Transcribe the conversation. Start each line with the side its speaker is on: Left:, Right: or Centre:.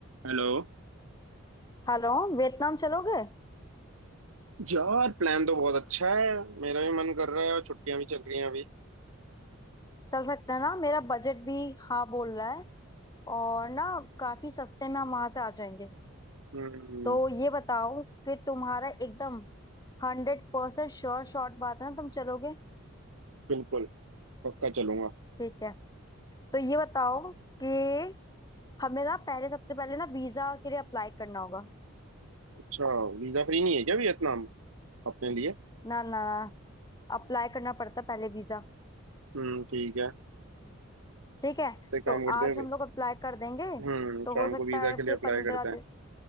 Right: हेलो
Left: Hello Vietnam चलोगे
Right: यार प्लान तो बहुत अच्छा है मेरा भी मन कर रहा है और छुट्टियां भी चल रही हैं अभी
Left: चल सकते हैं ना मेरा बजट भी हाँ बोल रहा है और ना काफी सस्ते में हम वहां से आ जाएंगे
Right: हम्म
Left: तो ये बताओ कि तुम्हारा एकदम हंड्रेड परसेंट श्योर शॉट बात है ना तुम चलोगे
Right: बिल्कुल पक्का चलूंगा
Left: ठीक है तो ये बताओ कि हमें ना पहले सबसे पहले ना वीजा के लिए अप्लाई करना होगा
Right: अच्छा वीजा फ्री नहीं है क्या वियतनाम अपने लिए
Left: ना ना अप्लाई करना पड़ता है पहले वीजा
Right: हम्म ठीक है
Left: ठीक है
Right: तो एक काम
Left: तो
Right: करते
Left: आज
Right: हैं
Left: हम लोग अप्लाई कर देंगे
Right: हम्म
Left: तो
Right: शाम
Left: हो सकता
Right: को वीजा
Left: है
Right: के
Left: कि
Right: लिए अप्लाई
Left: पंद्रह
Right: करते हैं
Left: दिन